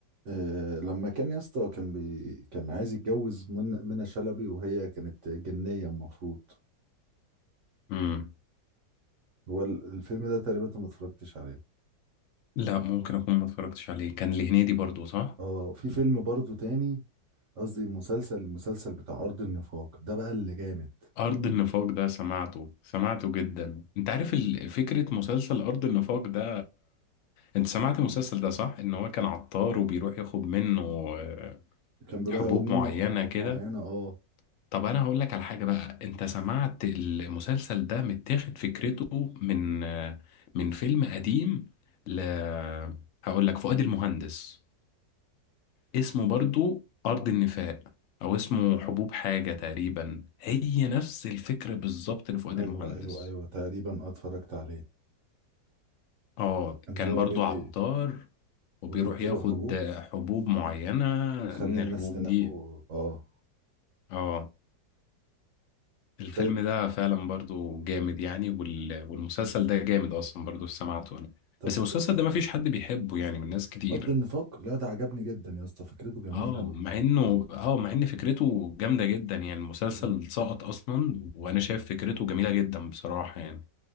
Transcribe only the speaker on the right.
آه لما كان يا اسطى كان بي كان عايز يتجوز من منى شلبي وهي كانت جنية المفروض
هو ال- الفيلم ده تقريبا انت ما اتفرجتش عليه
اه في فيلم برضه تاني قصدي مسلسل المسلسل بتاع أرض النفاق ده بقى اللي جامد
كان بيروح
ياخد منه
حبوب
معينة اه
ايوه
ايوه ايوه تقريبا آه، اتفرجت عليه
ان
هو
بي
بي
وبيديله
حبوب
تخلي
الناس
تنافقه
اه
طيب
طب
أرض النفاق لا ده عجبني جدا يا اسطى فكرته جميلة
و...
مم.